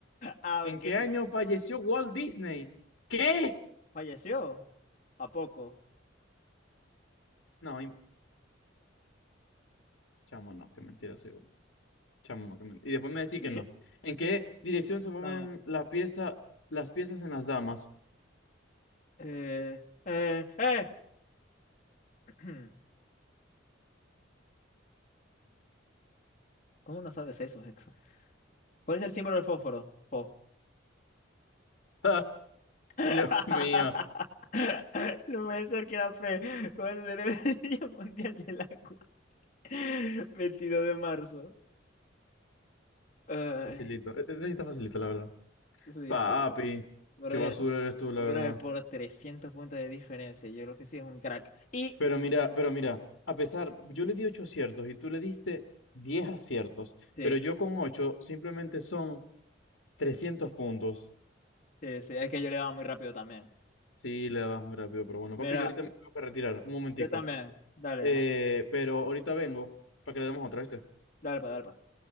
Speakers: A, on the left; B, on the left.
A: ah,
B: ¿En
A: ok.
B: qué año falleció Walt Disney? ¿Qué?
A: ¿Falleció? ¿A poco?
B: No, im- chamo, no, qué mentira soy. Chamo, no, que men- Y después me decís
A: <laughs>
B: que no. ¿En qué dirección se mueven
A: No.
B: la pieza, las piezas en las damas?
A: Eh, eh, eh. <clears throat> ¿Cómo no sabes eso, Hexa? ¿Cuál es el símbolo del fósforo? Fo.
B: <laughs>
A: <laughs>
B: Dios mío.
A: No puede ser que era fe. ¿Cuál será el Día Mundial del Agua? <laughs> 22 de marzo. Ay,
B: Facilito. E- e- Está facilito, la verdad.
A: sí,
B: Papi,
A: sí. Brother,
B: qué basura eres tú, la
A: brother,
B: verdad.
A: por 300 puntos de diferencia. Yo creo que sí es un crack. Y
B: Pero mira, pero mira, a pesar, yo le di ocho aciertos y tú le diste 10 aciertos,
A: sí,
B: pero yo con ocho simplemente son 300 puntos.
A: sí, sí, es que yo le daba muy rápido también.
B: Sí, le vas muy rápido, pero bueno,
A: Mira,
B: papi, yo ahorita me tengo que retirar, un momentico.
A: yo también. Dale,
B: Eh,
A: ja-
B: pero ahorita vengo para que le demos otra, ¿viste?
A: dale, pa, dale. pa.